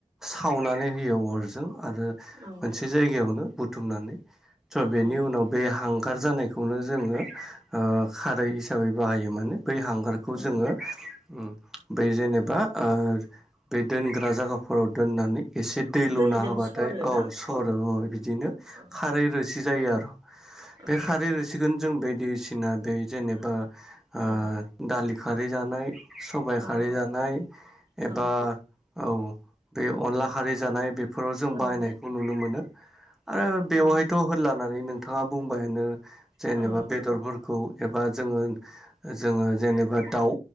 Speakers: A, in the centre; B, on the right (about 30°).
A: खावनानै होयो अरजों आरो
B: औ
A: मोनसे जायगायावनो बुथुमनानै स बेनि
B: औ
A: उनाव बे हांगार जानाय खौनो जोङो ओ खारै हिसाबै बाहायो मानो बै हांगारखौ
B: औ
A: जोङो उम बै जेनेब बा ओ बे दोनग्रा जायगाफोराव दोननानै एसे दै लुना
B: दैजों
A: होबाथाय
B: सरो
A: औ
B: ना
A: सर औ बिदिनो
B: औ
A: खारै रोसि जायो आरो
B: औ
A: बे खारै रोसिखोनो जों बायदिसिना दै जेनेबा आ
B: औ
A: दालि खारै जानाय सबाइ
B: औ
A: खारै जानाय
B: औ
A: एबा औ बे अनला खारै जानाय बेफोराव जों
B: औ
A: बाहायनायखौ नुनो मोनो आरो बेवहायथ होदलानानै नोंथाङा बुंबायानो जेनेबा
B: औ
A: बेदरफोरखौ एबा जोङो जोङो जेनेबा दाउ